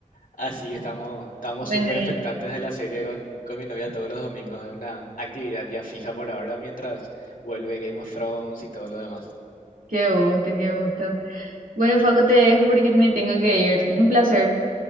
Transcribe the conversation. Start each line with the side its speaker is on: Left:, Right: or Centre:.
Left: así estamos, estamos
Right: Bueno,
Left: súper
Right: y
Left: expectantes de la serie con, con mi novia todos los domingos. Es una actividad ya fija por ahora mientras vuelve Game of Thrones y todo lo demás.
Right: qué gusto, qué gusto. Bueno, Facu, te dejo porque me tengo que ir. Un placer.